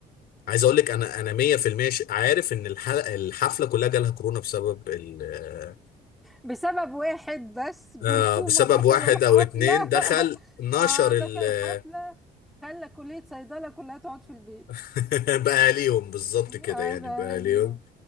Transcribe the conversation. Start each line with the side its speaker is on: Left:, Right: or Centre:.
Left: عايز اقول لك انا انا 100% ش- عارف ان الح- الحفله كلها جالها كورونا بسبب ال-
Centre: بسبب واحد بس جرثومة
Left: آه، بسبب
Centre: دخل
Left: واحد
Centre: الحفلة
Left: او اتنين
Centre: <laughs>
Left: دخل نشر
Centre: اه
Left: ال-
Centre: دخل الحفلة خلى كلية صيدلة كلها تقعد في البيت
Left: <laughs> باهاليهم بالظبط كده
Centre: عيبها
Left: يعني باهاليهم
Centre: ليهم